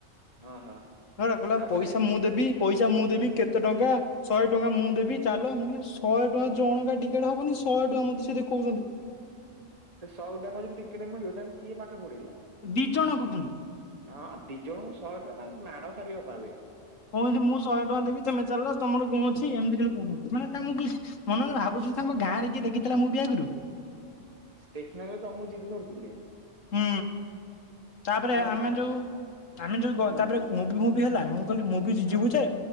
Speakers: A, on the right; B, on the left.
A: ହଁ ହଁ
B: ହ କହିଲ
A: ତାପରେ
B: ପଇସା ମୁଁ ଦେବି। ପଇସା ମୁଁ ଦେବି କେତେ ଟଙ୍କା ଶହେ ଟଙ୍କା ମୁଁ ଦେବି ଚାଲ ମୁଁ କହିଲି ଶହେ ଟଙ୍କା ଜଣଙ୍କା ଟିକେଟ ହବନି ଶହେ ଟଙ୍କା ମତେ ସେ ଦେଖହୁଛନ୍ତି।
A: ସଉଡା କ ଟିକେଟେ ମିଳିବ ତାଙ୍କୁ କିଏ ପାଠ ପଢିଲା।
B: ଦି ଜଣଙ୍କୁ ପୁଣି
A: ହଁ ଦି ଜଣଙ୍କୁ ଶହେ ଟଙ୍କା ତାଙ୍କୁ ମାଡ ଖାଲି ଅଭାବେ।
B: କହୁନ୍ତି ମୁଁ ଶହେ ଟଙ୍କା ଦେବି ତମେ ଚାଲିଲ ତମର କୋଣ ଅଛି ଏମିତି ଖ କହୁହନ୍ତି ମାନେ ମୁଁ କିଛି ମନେ ଭାବୁଛି ତାଙ୍କ ଗଁରେ କିଏ ଦେଖଥିଲା ମୁଭି ଆଗେ
A: ଦେଖିନ ଯ ତମକୁ ଜିଦି ଧରିଥିଲେ।
B: ହୁଁ ତାପରେ ଆମେ
A: ନା
B: ଯୋଉ ଆମେ ଯୋଉ ଗ
A: ହୁଁ
B: ତାପରେ ମୁଭି ମୁଭି ହେଲା ମୁ କହିଲି ମୁଭି
A: ହଁ
B: ଯିବୁ ଯେ